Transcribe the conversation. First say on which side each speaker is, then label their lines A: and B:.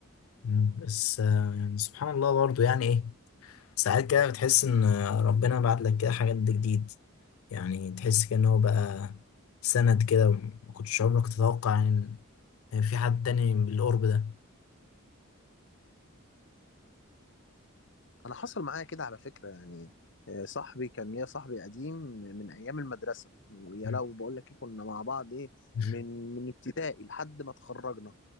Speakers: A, on the left; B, on the left.
A: مم. بس آه، يعني سبحان الله برضو يعني ايه ساعات كده بتحس ان آه، ربنا بعت لك كده حاجات جديد يعني تحس كأنه هو بقى سند كده ما كنتش عمرك تتوقع يعني إن في حد تاني بالقرب ده
B: انا حصل معايا كده على فكرة يعني آه، صاحبي كان ليا صاحبي قديم من ايام المدرسة ويا
A: مم.
B: لو بقول لك إيه، كنا مع بعض ايه
A: <laughs>
B: من من ابتدائي لحد ما اتخرجنا